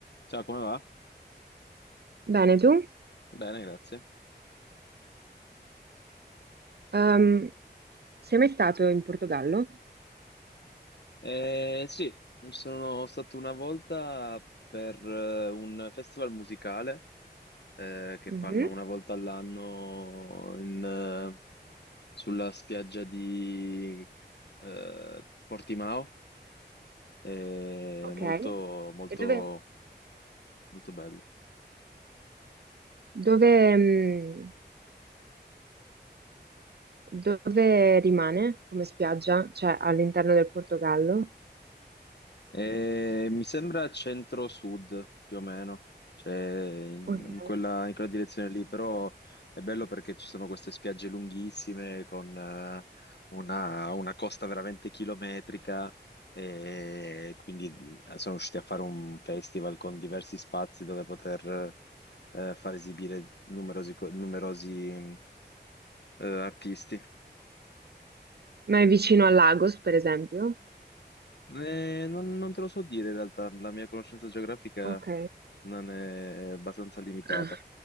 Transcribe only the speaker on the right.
Bene, tu?
Ehm, sei mai stato in Portogallo?
Mhm,
Ok.
E dove,
dove, mh, dove rimane come spiaggia? Cioè all'interno del Portogallo?
Ok.
Ma è vicino a Lagos, per esempio?
Ok.
Ah.